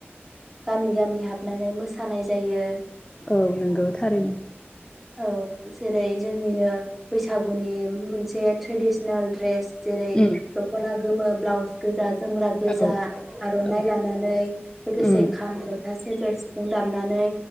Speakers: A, in the centre; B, on the left.
A: गामि गामि हाबनानै मोसानाय जायो
B: औ नंगौ थारैनो
A: औ जेरै जोंनिनो बैसागुनि मोनसे ट्रेडिस्नेल ड्रेस जेरै
B: उम
A: दखना गोमो ब्लाउस गोजा जोमग्रा गोजा
B: औ
A: आर'नाइ
B: औ
A: लानानै लोगोसे
B: उम
A: जथा सेजेर सिफुं दामनानै